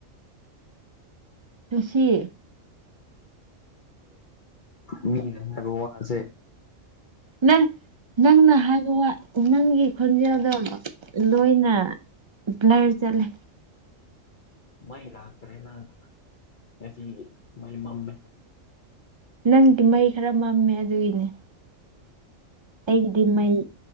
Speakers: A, on the right (about 35°); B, on the left (about 45°).
A: ꯉꯁꯤ
B: ꯃꯤꯕ ꯋꯥꯁꯦ
A: ꯅ ꯅꯪꯅ ꯍꯥꯏꯕ ꯅꯪꯒꯤ ꯈꯣꯟꯖꯦꯜꯗꯣ ꯂꯣꯏꯅ ꯑ ꯏꯂ ꯀ ꯆꯂꯦ
B: ꯃꯩ ꯂꯥꯛꯈ꯭ꯔꯦ ꯅꯪ ꯉꯁꯤ ꯃꯩ ꯃꯝꯃꯦ
A: ꯅꯪꯗꯤ ꯃꯩ ꯈꯔ ꯃꯝꯃꯦ ꯑꯗꯨꯒꯤꯅꯦ ꯑꯩꯒꯤꯗꯤ ꯃꯩ